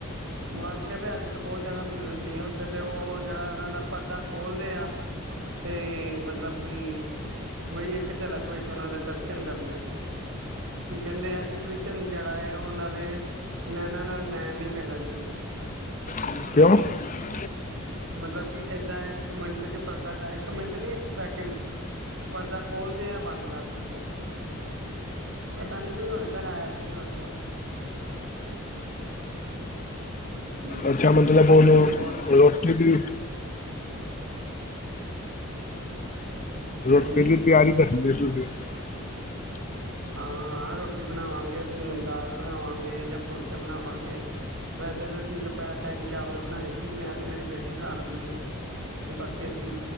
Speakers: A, on the right; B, on the left.
A: ਬਿਹਾਰੀ ਤੋਂ ਬਹੁਤ ਜ਼ਿਆਦਾ ਭੀੜ ਹੁੰਦੀ ਹੈ। ਉੱਥੇ ਤੇ ਉਹ ਜਿਹੜਾ ਉਹਨਾਂ ਦਾ ਪਰਦਾ ਖੋਲਦੇ ਆ ਤੇ ਮਤਲਬ ਕਿ, ਬਈ ਇੱਕ ਝਲਕ ਵਿੱਚ ਉਹਨਾਂ ਦੇ ਦਰਸ਼ਨ ਕਰਨੇ ਕੀ ਕਹਿੰਦੇ ਆ ਕਿ, ਕ੍ਰਿਸ਼ਨ ਜਿਹੜਾ ਹੈ ਉਹ ਉਹਨਾਂ ਦੇ ਨੈਨਾਂ ਨਾਲ, ਨੈਣ ਨ ਮਿਲਣ ਦਿੰਦੇ।
B: <unintelligible>
A: ਮਤਲਬ ਕਿ, ਏਦਾਂ ਇੱਕ ਮਿੰਟ ਚ ਪਰਦਾ ਇੱਕ ਮਿੰਟ ਨੀ ਇੱਕ ਸੈਕਿੰਡ ਪਰਦਾ ਖੋਲਦੇ ਆ, ਬੰਦ ਕਰ ਦਿੰਦੇ ਆ, ਪਤਾ ਨੀ ਕੋਈ ਹੋਏਗਾ ਰਾ ਹੋਏਗਾ। ਹੂੰ
B: ਅੱਛਾ, ਮਤਲਬ ਬਲ
A: ਭੀੜ ਬਹੁਤ ਹੁੰਦੀ
B: ਰੋਟੀ
A: ਉੱਥੇ ਪਰ
B: ਵੀ
A: <unintelligible>
B: ਰੋਟੀ
A: ਹਾਂਜੀ
B: ਦੀ ਤਿਆਰੀ ਕਰ <unintelligible>
A: ਹਾਂ- ਹਾਂ ਰੋਟੀ ਬਣਾਵਾਂਗੇ ਅਸੀਂ, ਹੁਣ ਦਾਲ ਬਣਾਵਾਂਗੇ ਜਾਂ ਫੁਲਕੇ ਬਣਾਵਾਂਗੇ, ਵੈਸੇ ਤਾਂ ਅਸੀਂ ਦੁਪਹਿਰ ਟਾਈਮ ਚਾਵਲ ਬਣਾਏ ਸੀ, ਮੈਂ ਤੇ ਮੇਰੀ ਬੇਟੀ ਘਰ ਹੁੰਦੀ ਹੈ। ਤੇ ਬਾਕੀ ਅਸੀਂ